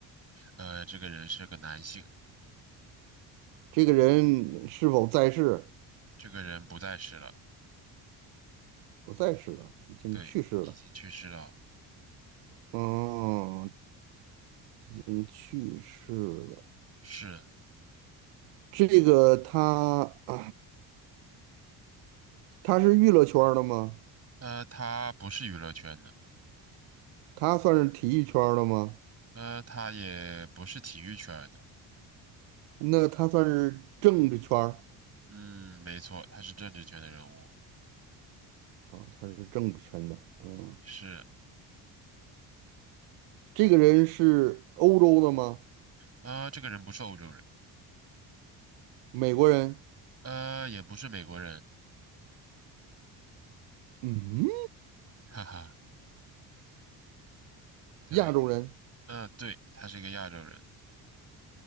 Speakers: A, on the right; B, on the right.
A: 呃，这个人是个男性。
B: 这个人是否在世？
A: 这个人不在世了，
B: 不在世了，已经去世了。
A: 对，已经去世了。
B: 嗯，已经去世了。
A: 是，
B: 这个他，<clears throat> 他是娱乐圈儿的吗？
A: 呃，他不是娱乐圈的，
B: 他算是体育圈儿的吗？
A: 呃，他也不是体育圈的。
B: 那他算是政治圈儿
A: 嗯，没错，他是政治圈的人物。
B: 啊，他是政治圈的。嗯。
A: 是，
B: 这个人是欧洲的吗？
A: 呃，这个人不是欧洲人，
B: 美国人？
A: 呃，也不是美国人，
B: 嗯，
A: 哈哈。对，
B: 亚洲人？
A: 呃，对，他是一个亚洲人，